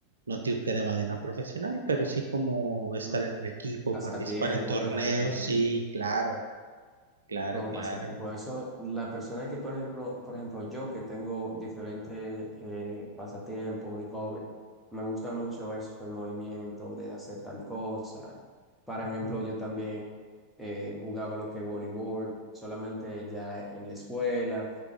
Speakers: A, on the right; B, in the centre.
A: No digo que de manera profesional, pero sí como estar
B: Mm,
A: en un equipo,
B: Pasatiempo,
A: participar en torneos,
B: ¿verdad? Como
A: sí, claro, claro,
B: Como
A: claro.
B: pasatiempo, eso, la persona que, por ejemplo, por ejemplo, yo que tengo diferentes eh, pasatiempos y hobbies, me gusta mucho eso, el movimiento de hacer tal cosa. Por ejemplo,
A: Ujú.
B: yo también eh, jugaba lo que es voleibol, solamente ya en la escuela,